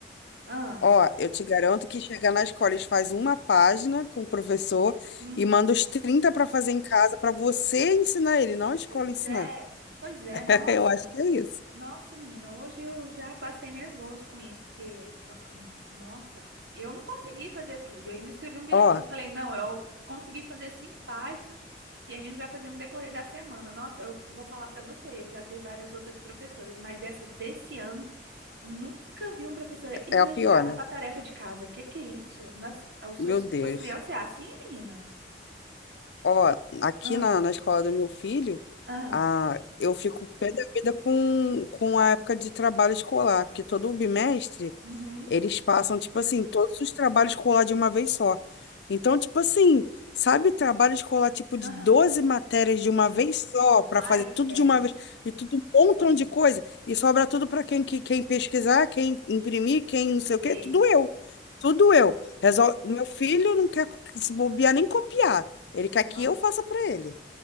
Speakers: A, on the right (about 75°); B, on the left (about 75°).
A: Ah,
B: Ó, eu te garanto que chegar na escola eles fazem uma página com o professor
A: hum.
B: e manda os 30 para fazer em casa para você ensinar ele, não a escola
A: Pois
B: ensinar.
A: é, pois é,
B: <laughs>
A: nossa,
B: Eu acho que é isso.
A: nossa, menina, hoje eu já passei nervoso com isso, porque, no- hum, nossa, eu não consegui fazer tudo, eu ainda escrevi um bilhetinho,
B: Ó,
A: eu falei, não, eu consegui fazer cinco páginas e a gente vai fazer no decorrer da semana. Nossa, eu vou falar pra você, ele já teve várias outras professoras, mas essa desse ano Nunca vi uma professora exagerada
B: é a pior, né?
A: para tarefa de casa. Que que é isso? Nas, os
B: Meu
A: seus,
B: Deus.
A: suas crianças é assim, menina?
B: Ó, aqui
A: Ah,
B: na, na escola do meu filho,
A: ah,
B: a, eu fico pé da vida com, com a época de trabalho escolar, porque todo bimestre
A: uhum,
B: eles passam, tipo assim, todos os trabalhos escolar de uma vez só. Então, tipo assim, sabe, trabalho escolar tipo de
A: aham.
B: 12 matérias de uma vez só, para
A: Ai,
B: fazer
A: credo.
B: tudo de uma vez, e tudo um montão
A: sei
B: de coisa, e sobra tudo para quem, que- quem pesquisar, quem imprimir, quem não sei o
A: sei.
B: quê, tudo eu. Tudo
A: Nossa,
B: eu. Resol... Meu filho não quer co- se bobear nem copiar. Ele quer
A: nossa.
B: que eu faça para ele,